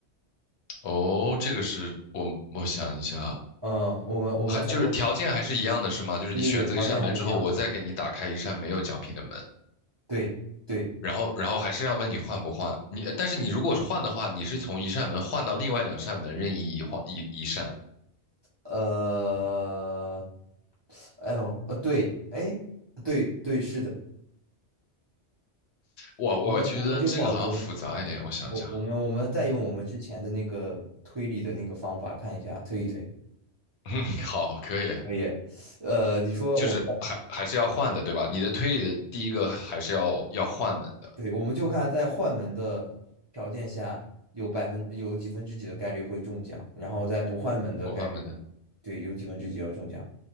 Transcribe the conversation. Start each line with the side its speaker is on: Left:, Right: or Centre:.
Left: 哦，这个是我我想一下，
Right: 嗯，我们我们再用，
Left: 还就是条件还是一样的是吗？就是你选择一扇门之后，
Right: 对对对，条件还是一样的。
Left: 我再给你打开一扇没有奖品的门，
Right: 对对，
Left: 然后然后还是要问你换不换？你但是你如果换的话，你是从一扇门换到另外两扇门任意一换一一扇。
Right: 呃，哎呦，呃，对，哎，对对，是的，
Left: 哇，我觉得这个好像复杂一点，
Right: 我们我们就保存，
Left: 我想想，
Right: 我我们我们再用我们之前的那个推理的那个方法看一下，推一推，
Left: 嗯，好，可以，
Right: 可以。呃，你说我们
Left: 就是还还是要换的，对吧？你的推理的第一个还是要要换门的，
Right: 对，我们就看在换门的条件下有百分有几分之几的概率会中奖，然后在不换门的概率，
Left: 不换门的。
Right: 对，有几分之几要中奖。